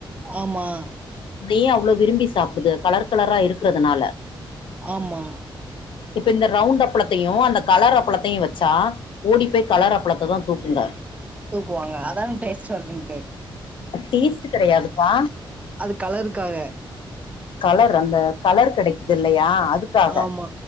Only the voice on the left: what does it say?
அப்டியே அவ்ளோ விரும்பி சாப்டுதுக கலர் கலரா இருக்குறதுதுனால
இப்ப இந்த ரவுண்டு அப்பளத்தையு அந்த கலர் அப்பளத்தையு வச்சா ஓடி போய் கலர்
அப்பளத்த தா தூக்குங்க
டேஸ்ட்டு கெடையாதுப்பா
கலர் அந்த கலர் கெடைக்குது இல்லையா அதுக்காக